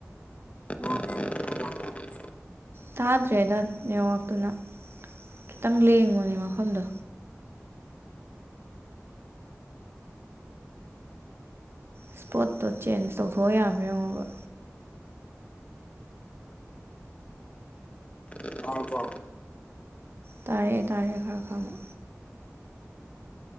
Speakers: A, on the left; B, on the right.
A: ꯅꯣꯔꯃꯦꯜ ꯀꯣꯜꯗ ꯋꯥꯔꯤ
B: ꯇꯥꯗ꯭ꯔꯦꯗ ꯌꯔꯥꯛꯛꯇꯨꯅ ꯈꯤꯇꯪ ꯂꯦꯡꯉꯨꯅꯦ ꯃꯐꯝꯗꯣ ꯏꯁꯄꯣꯠꯇꯣ ꯆꯦꯟꯖ ꯇꯧꯊꯣꯛꯑ ꯌꯥꯕ꯭ꯔꯥ ꯌꯦꯡꯉꯣꯕ
A: ꯇꯥꯔꯕꯣ
B: ꯇꯔꯦ ꯇꯔꯦ ꯈꯥꯔ ꯈꯃ